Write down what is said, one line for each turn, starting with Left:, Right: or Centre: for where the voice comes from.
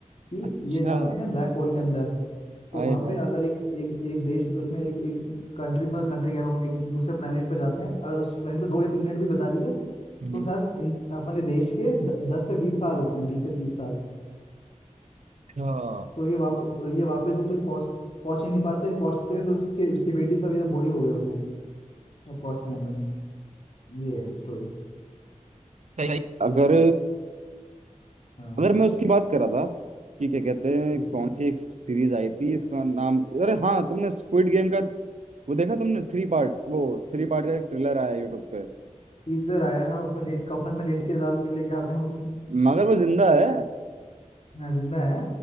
Left: कि
Right: अच्छा
Left: ये जाते हैं ब्लैक होल के अंदर तो
Right: आए
Left: वहां पे अगर एक एक एक देश उसमें एक एक कंट्री में कंट्री कह रहा हूँ एक दूसरे प्लेनेट पे जाते हैं अगर उस प्लेनेट पे दो या तीन मिनट भी बता लिए
Right: हाय
Left: तो शायद इन- अपने देश के द, दस से बीस साल होते हैं बीस से तीस साल
Right: हाँ
Left: तो ये वाप, ये वापस वापस पहुंच पहुंच ही नहीं पाते पहुंचते हैं तो उसके उसकी बेटी सब ये बूढ़ी हो गए होते हैं फर्स्ट एंड में ये है स्टोरी
Right: सही अगर
Left: हाँ
Right: अगर मैं उसकी बात कर रहा था कि क्या कहते हैं
Left: किसकी
Right: कौन सी एक सीरीज आई थी इसका नाम अरे हाँ तुमने स्क्विड गेम का वो देखा तुमने थ्री पार्ट वो थ्री पार्ट का एक ट्रेलर आया यूट्यूब पे
Left: टीजर आया है उसमें लेट कफन में लेट के डाल के लेके आते हैं उसे
Right: मगर वो जिंदा है
Left: हाँ जिंदा है